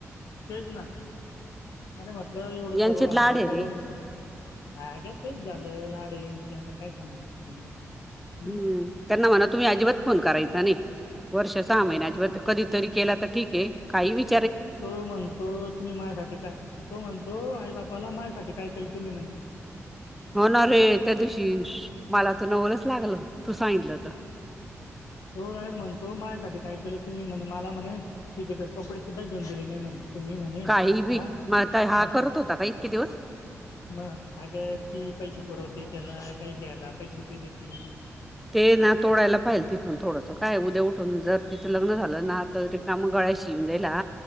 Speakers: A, on the left; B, in the centre.
A: तेच ना अरे म्हटलं एवढं
B: यांचे
A: सर्व आहे
B: लाड
A: करून
B: रे
A: तथ हा का तेच झालं लाडू यांंची आता काय सांगायचं त्यांना हं?
B: हम् त्यांना म्हणा तुम्ही अजिबात फोन करायचां नाही. वर्ष सहा महिन्या कधीतरी केला तर ठीक आहे काही विचार
A: तो म्हणतो तुम्ही माझ्यासाठी काय तो म्हणतो आई बापाला माझ्यासाठी काय केलं तुम्ही म्हण.
B: हो ना रे त्या दिवशी मला तर नवलच लागल तू सांगितलं तर
A: तो डायरेक्ट म्हणतो माझ्यासाठी काय केलं. तुम्ही म्हणे मला म्हणे शिधे कपडे सुद्धा घेऊन दिले नाही म्हणे. तुम्ही म्हणे
B: काही बी
A: हा
B: म आता हा
A: असं
B: करत होता का इतके दिवस
A: मग अग ती पैसे पुरवती त्यांना काही घ्या ना पैसे ती देतती
B: ते ना तोडयला पाहिल तिथून थोडंस काय उद्या उठून जर तिचं लग्न झालं. झालं ना तर त मग गळ्या शिऊून दला